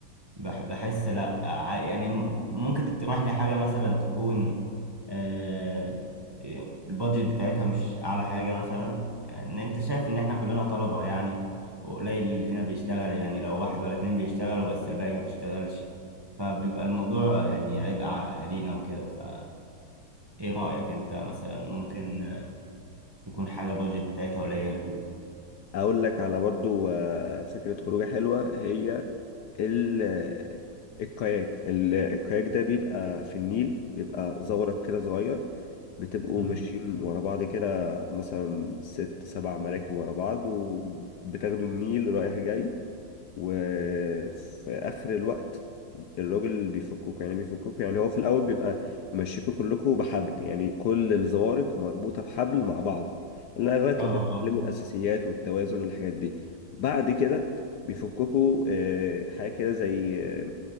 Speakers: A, on the right; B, on the left.
A: بح- بحس لا ع- يعني م- ممكن تقترح لي حاجة مثلا تكون آه، البادجت بتاعتها مش اعلى حاجة مثلا يعني انت شايف ان احنا كلنا طلبة يعني وقليل اللي فينا بيشتغل يعني لو واحد ولا اتنين بيشتغلوا بس الباقي ما بيشتغلش فبيبقى الموضوع يعني عبء على أهالينا وكده فإيه رأيك أنت مثلا ممكن تكون حاجة بادجت بتاعتها قليلة؟
B: اقول لك على برضو آه، فكرة خروجة حلوة هي ال الكاياك ال- الكاياك ده بيبقى في النيل بيبقى زورق كده صغير بتبقوا
A: مم.
B: ماشيين ورا بعض كده مثلا ست سبع مراكب ورا بعض وبتاخدوا النيل رايح جاي وفي اخر الوقت الراجل بيفككوا يعني بيفككوا يعني هو في الاول بيبقى ممشيكوا كلكوا بحبل يعني كل الزوارق مربوطه بحبل مع بعض لغايه
A: اه
B: لما
A: اه
B: تتعلموا الاساسيات والتوازن والحاجات دي بعد كده بيفككوا آه، حاجه كده زي آه،